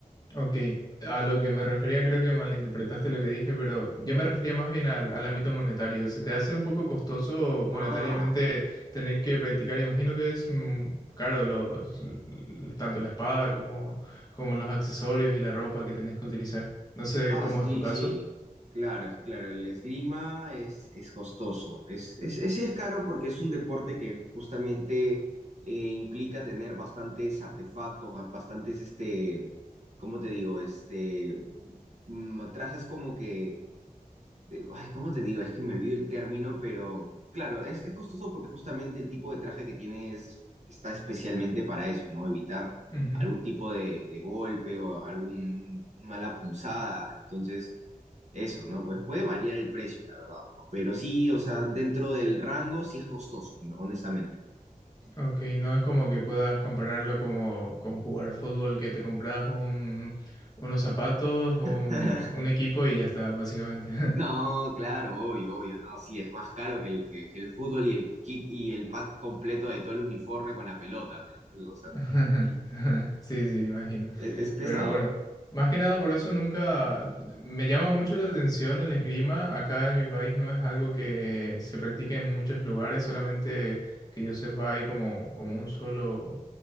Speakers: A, on the left (about 25°); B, on the right (about 50°).
A: Ok, a lo que me refería creo que malinterpretaste lo que dije, pero yo me refería más bien al, al ámbito monetario. ¿Se te hace un poco costoso monetariamente
B: Ah,
A: tener que practicar? Imagino que es mm, caro los, l- tanto la espada como, como los accesorios y la ropa que tenés que utilizar. No sé
B: ah,
A: cómo
B: sí,
A: es tu caso.
B: sí. Claro, es claro, el esgrima es, es costoso. Es, es, es- sí es caro porque es un deporte que justamente eh, implica tener bastantes artefactos, ga- bastantes, este, ¿cómo te digo? Este, mm, trajes como que de- ay, ¿cómo te digo? Es que me olvido el término, pero claro, es, es costoso porque justamente el tipo de traje que tienes está especialmente para eso, ¿no? Evitar
A: Ujú,
B: algún tipo de, de golpe o algún mala punzada. Entonces, eso, ¿no? Pues puede variar el precio, la verdad, ¿no? Pero sí, o sea, dentro del rango sí es costoso, ¿no? honestamente.
A: Ok, no es como que puedas compararlo como con jugar fútbol, que te compras un, unos zapatos, un,
B: <laughs>
A: un equipo y ya está, básicamente. <laughs>
B: No, claro, obvio, obvio, no, sí, es más caro que el, que, que el fútbol y el kick y el pack completo de todo el uniforme con la pelota, man. O sea,
A: <laughs>
B: sí,
A: Sí, sí, imagino.
B: es es pesado.
A: Pero bueno, más que nada por eso nunca me llama mucho la atención el esgrima. Acá en mi país no es algo que se practique en muchos lugares, solamente que yo sepa hay como, como un solo